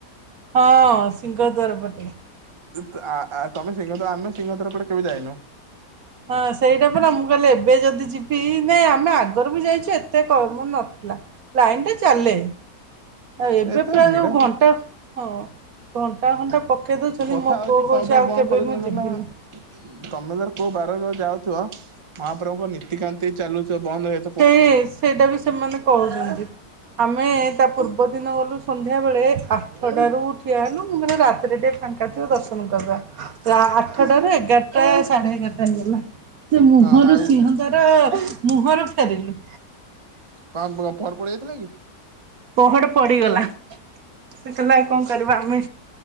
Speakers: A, on the right; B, on the right.
A: ହଁ ସିଂହଦ୍ଵାର ପଟେ।
B: ତ-ଆ-ଆ ତମେ ସିଂହାଦ୍ୱାର ଆମେ ସିଂହଦ୍ଵାର ପଟେ କେବେ ଯାଇନୁ।
A: ହଁ ସେଇଟା ପରା ମୁଁ କହିଲେ ଏବେ ଯଦି ଯିବି ନାଇଁ ଆମେ ଆଗରୁ ବି ଯାଇଛୁ ଏତେ କମ ନ ନଥିଲା ଲାଇନ୍ ଟା ଚାଲେ ଆ ଏବେ
B: ଏତେ
A: ପ୍ରାୟ
B: ଭିଡ
A: ଯୋଉ ଘଣ୍ଟା ହଁ ଘଣ୍ଟା ଘଣ୍ଟା ପକେଇ ଦଉଛନ୍ତି
B: କଥା
A: ମୋ
B: ହଉଛି
A: ପୁଅ କହୁଛି
B: କଣ ପାଇଁ
A: ଆଉ
B: ବନ୍ଦ
A: କେବେ
B: କରିଦଉଛନ୍ତି
A: ମୁଁ ଯିବିନି।
B: କହିଲ ତମେ ଧର କୋଉ ବାରର ଯାଉଥିବ ମହାପ୍ରଭୁଙ୍କ ନୀତିକାନ୍ତି ଚାଲୁଥିବ ବନ୍ଦ ହୁଏ
A: ସେଇ ସେଇଟା ବି ସେମାନେ କହୁଛନ୍ତି ଆମେ ତା ପୂର୍ବ ଦିନ ଗଲୁ ସନ୍ଧ୍ୟାବେଳେ ଆଠଟାରୁ ଠିଆ ହେଲୁ ମୁଁ କହିଲୁ ରାତିରେ ଟିକେ ଫାଙ୍କା ଥିବ ଦର୍ଶନ କରିଦବା। ଆଠଟରୁ ଏଗାରଟା ସାଢ଼େ ଏଗାରଟା ହେଇଗଲା। ସେ ମୁହଁରୁ
B: ହଁ ଆଉ
A: ସିଂହଦ୍ଵାର ମୁହଁରୁ ଫେରିଲୁ।
B: କଣ ଫର ପହଡ ପଡ଼ି ଯାଇଥିଲା କି?
A: ପହଡ ପଡିଗଲା ସେତେବେଲେ କଣ କରିବା ଆମେ